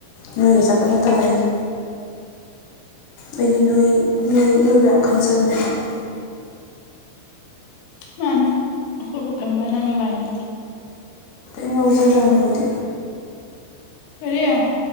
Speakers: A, on the left (about 70°); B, on the left (about 85°).
A: ꯅꯣꯏꯒ ꯆꯠꯄꯗ ꯇꯔ ꯑꯩꯗꯤ ꯑꯩꯗꯤ ꯅꯣꯏ ꯅꯣꯏ ꯅꯣꯏꯕ ꯌꯥꯝ ꯈꯟꯖꯕꯅꯦ ꯑꯩꯗꯤ
B: ꯃꯥꯅꯦ ꯑꯩꯈꯣꯏꯕꯨ ꯈꯟꯕ ꯅꯪꯒ ꯂꯥꯏꯅꯤ
A: ꯇꯩ ꯃꯨꯒꯖꯝꯕꯗꯤ
B: ꯑꯦꯔꯤꯌꯥ